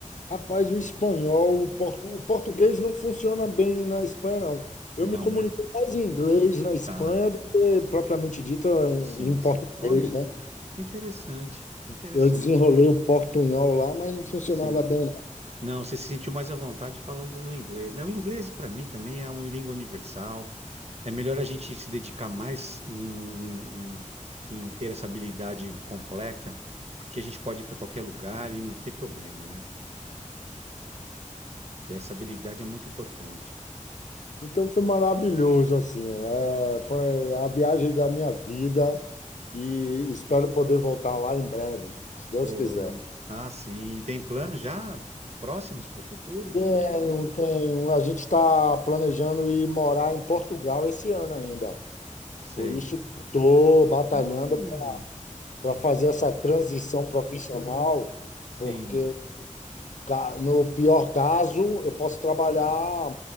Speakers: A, on the left; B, on the right.
A: rapaz, o espanhol, o, portu, o português não funciona bem na Espanha, não. Eu
B: Não,
A: me comuniquei
B: né?
A: mais em inglês na Espanha
B: Tá,
A: do que propriamente dito em,
B: sim,
A: em português,
B: sim. Olha,
A: né?
B: interessante, interessante.
A: Eu desenrolei o portunhol lá, mas não funcionava
B: Sim.
A: bem,
B: Não, você se sentiu mais à vontade falando no inglês, né? O inglês, para mim, também é uma língua universal. É melhor a gente se dedicar mais em, em- em ter essa habilidade completa, porque a gente pode ir para qualquer lugar e não ter problema, né? E essa habilidade é muito importante.
A: Então foi maravilhoso, assim, é, foi a viagem da minha vida e espero poder voltar lá em breve, se Deus
B: Pô,
A: quiser.
B: ah, sim. E tem planos já próximos para o futuro
A: Tenho,
B: de retornar?
A: tenho. A gente está planejando ir morar em Portugal esse ano ainda.
B: Sei.
A: Por isso estou batalhando
B: Olha,
A: para fazer essa transição profissional,
B: sim,
A: porque ca- no pior caso eu posso trabalhar